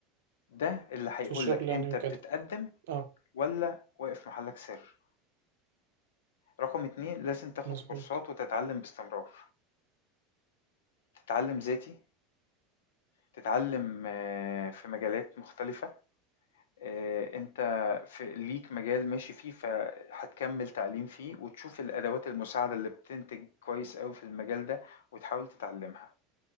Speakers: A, on the left; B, on the right.
A: ده اللي هيقول
B: في الشغل
A: لك
B: يعني
A: انت
B: وكده
A: بتتقدم
B: آه
A: ولا واقف محلك سر رقم اتنين لازم تاخد
B: مظبوط
A: كورسات وتتعلم باستمرار تتعلم ذاتي تتعلم آه، في مجالات مختلفة آه، انت في ليك مجال ماشي فيه فهتكمل تعليم فيه وتشوف الادوات المساعدة اللي بتنتج كويس قوي في المجال ده وتحاول تتعلمها